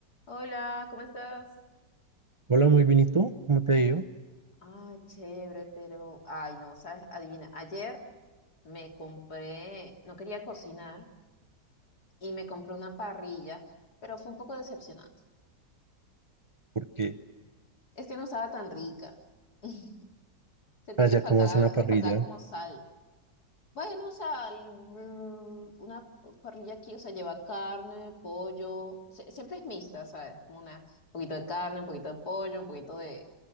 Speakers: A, on the left (about 60°); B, on the right (about 35°).
A: Hola, ¿cómo estás?
B: Hola, muy bien, ¿y tú? ¿Cómo te ha ido?
A: Ah, chévere, pero, ay, no, sabes, adivina, ayer me compré, no quería cocinar y me compré una parrilla, pero fue un poco decepcionante.
B: Porque
A: Es que no estaba tan rica. <laughs> Sentí
B: allá
A: que le faltaba,
B: como hacen la parrilla
A: le faltaba como sal. Bueno, sal, mm, una parrilla aquí, o sea, lleva carne, pollo, se- siempre es mixta, ¿sabes? Como una, un poquito de carne, un poquito de pollo, un poquito de,